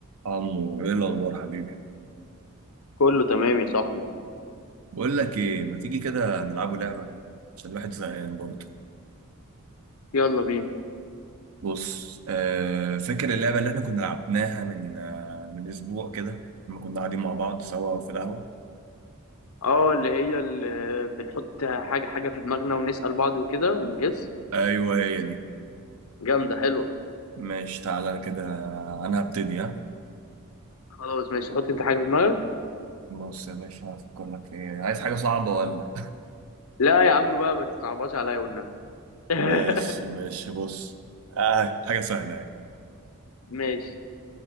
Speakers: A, on the right (about 75°); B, on the left (about 80°).
A: عمو ايه الاخبار حبيبي
B: كله تمام يا صاحبي
A: بقول لك ايه ما تيجي كده نلعبوا لعبه عشان الواحد زهقان برضه
B: يلا بينا
A: بص آه فاكر اللعبه اللي احنا كنا لعبناها من آه من اسبوع كده لما كنا قاعدين مع بعض سوا في القهوه
B: اه اللي هي اللي بنحط حاجة حاجة في دماغنا ونسأل بعض وكده ونجس
A: ايوه هي دي
B: جامدة حلوة
A: ماشي تعالى انا كده انا هبتدي ها
B: خلاص ماشي حط انت حاجة في دماغك
A: بص يا باشا هفكر لك في ايه عايز حاجه صعبه ولا
B: لا يا عم بقى ما تصعبهاش عليا والنبي <laughs>
A: ماشي ماشي بص آه حاجه سهله اهي
B: ماشي